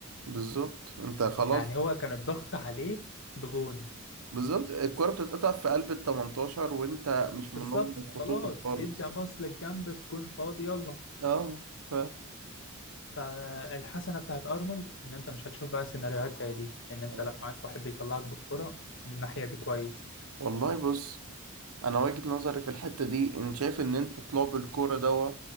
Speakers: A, on the right; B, on the left.
A: بالظبط انت خلاص
B: ده يعني هو كان الضغط عليه بجون
A: بالظبط الكرة بتتقطع في قلب ال 18 وانت مش منظم
B: بالظبط خلاص
A: خطوطك خالص
B: بيدي باص للجنب الجون فاضي يلا
A: اه ف
B: فالحسنه بتاعت ارنولد ان انت مش هتشوف بقى سيناريوهات زي دي ان انت
A: آه.
B: لا معاك واحد بيطلعك بالكرة من الناحيه دي كويس
A: والله بص انا وجهة نظري في الحتة دي ان شايف ان انت طلاب الكورة دوا